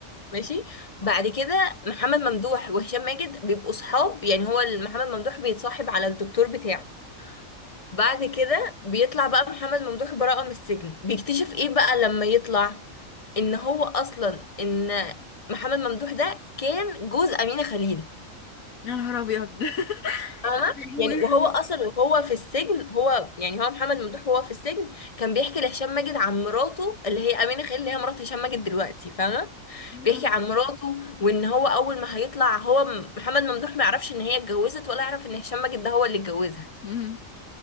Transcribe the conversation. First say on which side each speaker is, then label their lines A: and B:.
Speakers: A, on the left; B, on the left.
A: ماشي بعد كده محمد ممدوح وهشام ماجد بيبقوا صحاب يعني هو محمد ممدوح بيتصاحب على الدكتور بتاعه بعد كده بيطلع بقى محمد ممدوح براءة من السجن بيكتشف ايه بقى لما يطلع ان هو اصلا ان محمد ممدوح ده كان جوز أمينة خليل
B: يا نهار ابيض <laughs>
A: فاهمة
B: يا
A: يعني وهو اصلا وهو في السجن هو يعني هو محمد ممدوح وهو في السجن كان بيحكي لهشام ماجد عن مراته اللي هي أمينة خليل اللي هي مرات هشام ماجد دلوقتي فاهمة
B: نهار
A: بيحكي عن مراته وان هو اول ما هيطلع هو م- محمد ممدوح ما يعرفش ان هي اتجوزت ولا يعرف ان هشام ماجد ده هو اللي اتجوزها
B: امم